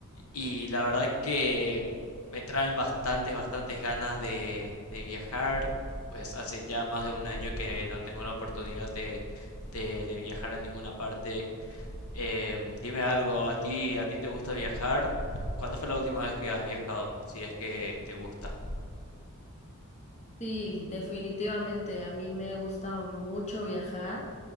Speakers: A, on the left; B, on the left.
A: Y la verdad que me traen bastantes, bastantes ganas de, de viajar. Pues hace ya más de un año que no tengo la oportunidad de, de, de viajar a ninguna parte. Em, dime algo, ¿a ti, a ti te gusta viajar? ¿Cuándo fue la última vez que has viajado? Si es que te gusta.
B: Sí, definitivamente. A mí me gusta mucho viajar.